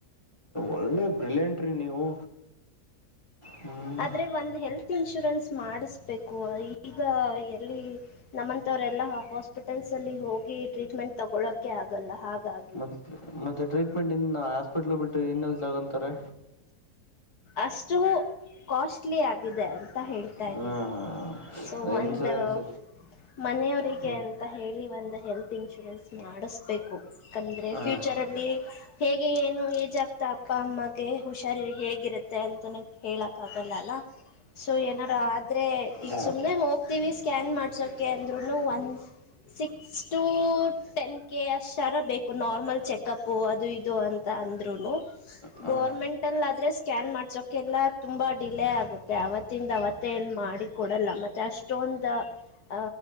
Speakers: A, on the left; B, on the left.
A: ಒಳ್ಳೆ ಬ್ರಿಲಿಯಂಟ್ರೀ ನೀವು ಹ್ಞೂ
B: ಆದ್ರೆ ಒಂದು್ ಹೆಲ್ತ್ ಇನ್ಶೂರೆನ್ಸ್ ಮಾಡಿಸ್ಬೇಕು ಈಗ ಎಲ್ಲಿ ನಮ್ಮಂತವ್ರೆಲ್ಲಾ ಹಾಸ್ಪಿಟಲ್ಸ್ ಅಲ್ಲಿ ಹೋಗಿ ಟ್ರೀಟ್ಮೆಂಟ್ ತಗೊಳಕೆ ಆಗಲ್ಲ ಹಾಗಾಗಿ
A: ಮತ್ತೆ ಮತ್ತೆ ಟ್ರೀಟ್ಮೆಂಟ್ ಇನ್ನು ಹಾಸ್ಪಿಟ್ಲ್ ಬಿಟ್ಟು ಇನ್ನ ತಗೊಂತಾರೆ
B: ಅಷ್ಟು ಕಾಸ್ಟ್ಲಿ ಆಗಿದೆ ಅಂತ ಹೇಳ್ತಾ ಇದ್ದೀನಿ
A: ಹಾಂ
B: ಸೊ
A: ಹಾಂ ಇನ್ಸೂರೆನ್ಸ್
B: ಒಂದು ಮನೆಯವರಿಗೆ
A: ಹ್ಞೂ
B: ಅಂತ ಹೇಳಿ ಒಂದು ಹೆಲ್ತ್ ಇನ್ಶೂರೆನ್ಸ್ ಮಾಡಿಸಬೇಕು ಯಾಕಂದ್ರೆ
A: ಹಾಂ
B: ಫ್ಯೂಚರ್ ಇಲ್ಲಿ ಹೇಗೆ ಏನು ಏಜ್ ಆಗ್ತಾ ಅಪ್ಪ ಅಮ್ಮಗೆ ಹುಷಾರಿ ಹೇಗಿರುತ್ತೆ ತ್ತೆ ಅಂತಾನೇ ಹೇಳಕ್ಕ ಆಾಗಲ್ಲಲ್ಲ ಸೊ ಏನಾರ ಆದ್ರೆ ಈಗ
A: ಹಾಂ
B: ಸುಮ್ನೆ ಹೋಗ್ತೀವಿ ಸ್ಕ್ಯಾನ್ ಮಾಡ್ಸೋಕೆ ಅಂದ್ರುೂನು ಒಂದ ಸಿಕ್ಸ್ ಟು ಟೆನ್ ಕೆ ಅಷ್ಟರ ಬೇಕು ನಾರ್ಮಲ್ ಚೆಕಪ್ಪು ಅದು ಇದು ಅಂತ ಅಂದರುೂ
A: ಹಾಂ
B: ಗೋರ್ಮೆಂಟ್ ಅಲ್ಲಿ ಆದ್ರೆ ಸ್ಕ್ಯಾನ್ ಮಾಡ್ಸೋಕೆಲ್ಲ ತುಂಬ ಡಿಲೇ ಆಗುತ್ತೆ ಅವತ್ತಿಂದ ಅವತ್ತೇ ಏನು ಮಾಡಿ ಕೊಡಲ್ಲ ಮತ್ತೆ ಅಷ್ಟು ತಂದ ಅ